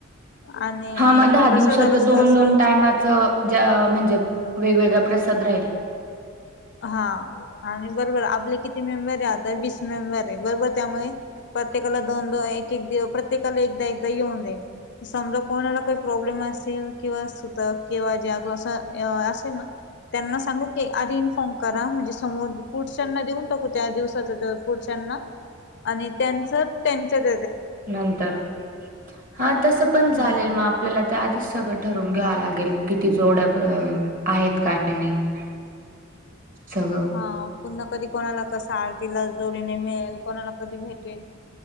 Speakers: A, on the left; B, on the right.
A: आणि
B: हा मग दहा
A: प्रसादाला
B: दिवसाचं
A: सहसा
B: दोन, दोन टायमाचं. जा म्हणजे वेगवेगळा प्रसाद राहील.
A: हा आणि बरोबर आपले किती मेंबर आहे आता वीस मेंबर आहे. बरोबर त्यामुळे प्रत्येकाला दोन दोन एक एक प्रत्येकाला एकदा एकदा येऊन जाईन. समजा कोणाला काही प्रॉब्लेम असेल किंवा सुतक किंवा ज्यात असं असेल ना त्यांना सांगू की आधी फोन करा म्हणजे समोर पुढच्यांना देऊन टाकू त्या दिवसाचा पुढच्यांना आणि त्यांच त्यांच्यात
B: नंतर हा तस पण
A: हम्म.
B: चालेल मग आप आपल्याला त्या आधीच सगळं ठरून घ्यावं लागेल. किती जोड्या अ आहेत काय नाही.
A: <inaudible>
B: <unintelligible>
A: हा पुन्हा कधी कोणाला कस आरतीला जोडीने मिळेल कोणाला कधी भेटेल?